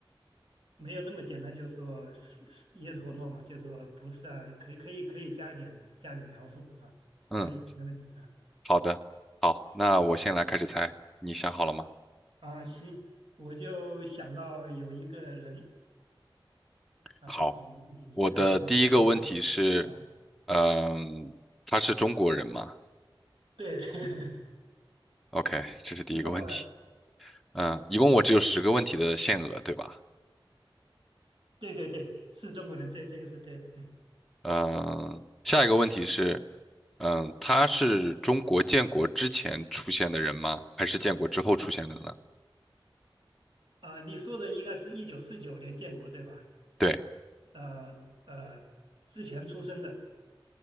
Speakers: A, on the right; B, in the centre.
A: 没有那么简单，就是说是是 yes or no 嘛，就是说不是啊，可以可以可以加一点加一点描述啊，
B: 嗯，
A: 可以没问题啊
B: 好的，好，那我先来开始猜，你想好了吗？
A: 啊行，我就想到有一个人啊，
B: 好，
A: 你你你猜猜他的名字
B: 我的第一个问题是，
A: 啊？
B: 嗯、他是中国人吗
A: 对，<laughs> 是
B: ？OK，这是第一个问题。
A: 中国人，
B: 嗯，一共我只有十个问题的限额，对吧？
A: 对对对，是中国人，这这个是对的，嗯
B: 嗯，下一个问题是，嗯，他是中国建国之前出现的人吗？还是建国之后出现的呢？
A: 啊，你说的应该是一九四九年建国对吧？
B: 对，
A: 呃呃，之前出生的，